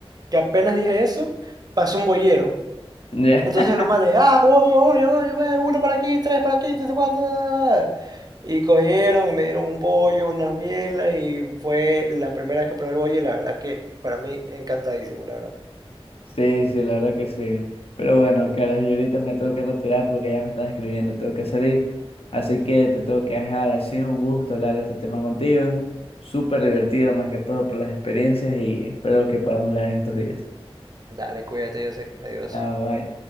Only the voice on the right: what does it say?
que apenas dije eso, pasó un bollero.
Entonces
los manes, ah, voy, voy, voy, voy, uno para aquí, tres para aquí, tres, cuatro. Y cogieron y me dieron un bollo, unas bielas, y fue la primera vez que probé el bollo, y la verdad que para mí encantadísimo, la verdad.
Dale, cuídate, yo sé, adiós.